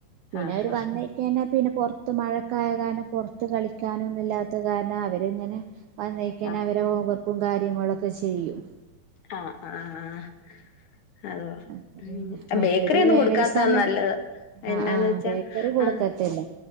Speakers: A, on the right; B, on the left.
A: പിന്നെ
B: ആഹ്
A: അവര് വന്നേക്കാ പിന്നെ പുറ ത്ത് മഴക്കായ കാരണം പുറത്ത് കളിക്കാനൊന്നും ഇല്ലാത്ത കാരണം അവരിങ്ങനെ വന്നേക്കണ
B: ആഹ്
A: അവരെ ഹോംവർക്കും കാര്യങ്ങളൊക്കെ ചെയ്യും
B: ആഹ് <unintelligible> അതോ
A: അപ്പൊ പിന്നെ
B: ഉം
A: മറ്റേത്
B: ബേക്കറി ഒന്നും
A: വേനൽ
B: കൊടുക്കാത്ത
A: സമയത്ത്
B: നല്ലത് എന്നാന്ന്
A: ആ ആ
B: വെച്ചാ
A: ബേക്കറി കൊടുക്കത്തില്ല
B: ആഹ്